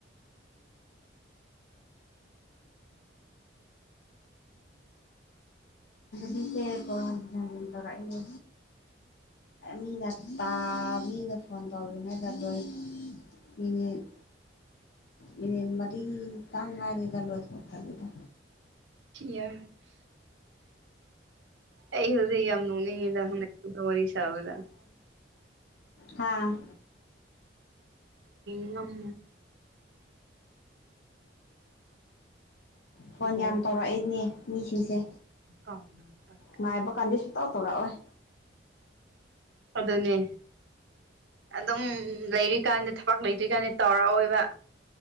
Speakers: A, on the left; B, on the right.
A: ꯃꯤꯁꯦ ꯀꯣ ꯍꯟꯖꯤꯟ ꯍꯟꯖꯤꯟ ꯇꯧꯔꯛꯏꯅꯦ ꯃꯤꯅ ꯇꯥꯕ ꯃꯤꯅ ꯐꯣꯟ ꯇꯧꯔꯤꯉꯩꯗ ꯂꯣꯏ ꯃꯤꯅꯤꯠ ꯃꯤꯅꯤꯠ ꯃꯔꯤꯇꯪ ꯉꯥꯏꯔꯦꯗ ꯂꯣꯏꯊꯣꯔꯇꯕꯤꯦꯗ
B: ꯌꯥ ꯑꯩ ꯍꯧꯖꯤ ꯌꯥꯝ ꯅꯤ ꯑꯦ ꯍ ꯋꯥꯔꯤ ꯆꯕꯗ
A: ꯍꯥꯥ
B: ꯉꯝ
A: ꯐꯣꯟ
B: ꯕꯣꯜꯅ
A: ꯌꯥꯝ ꯇꯧꯔꯛꯏꯅꯦ ꯃꯤꯁꯤꯡꯁꯦ
B: ꯀꯥꯎꯅ ꯄꯠꯀꯥꯏꯀꯣ
A: ꯉꯥꯏꯕ ꯀꯥꯟꯗ ꯁꯨꯇꯧ ꯇꯧꯔꯛꯑꯣꯏ
B: ꯑꯗꯨꯅꯦ ꯑꯗꯨꯝ ꯂꯩꯔꯤꯀꯥꯟꯗꯤ ꯊꯕꯛ ꯂꯩꯇ꯭ꯔꯤꯀꯥꯟꯗ ꯇꯧꯔꯛꯑꯣꯏꯕ